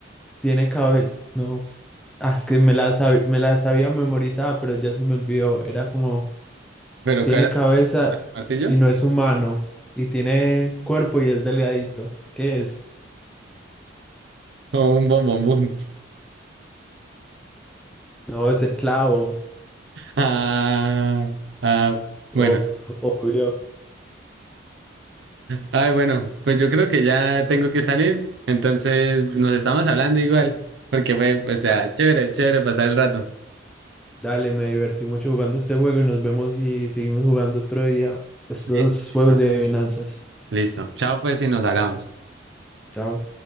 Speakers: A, in the centre; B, on the right (about 70°).
A: tiene cabeza. No. Ah, es que me la, sab- me la sabía memorizada, pero ya se me olvidó. Era como,
B: Pero
A: tiene
B: claro,
A: cabeza
B: ¿Martillo?
A: y no es humano, y tiene cuerpo y es delgadito. ¿Qué es?
B: ¿O un bombombón?
A: No, es el clavo.
B: Ah, ah, bueno.
A: o obvio.
B: Ay, bueno, pues yo creo que ya tengo que salir. Entonces nos estamos hablando igual, porque fue, o sea,
A: Ah,
B: chévere, chévere pasar el rato.
A: dale, me divertí mucho jugando este juego y nos vemos y seguimos jugando otro día. Estos
B: Listo.
A: juegos de adivinanzas.
B: Listo. Chao, pues, y nos hablamos.
A: Chao.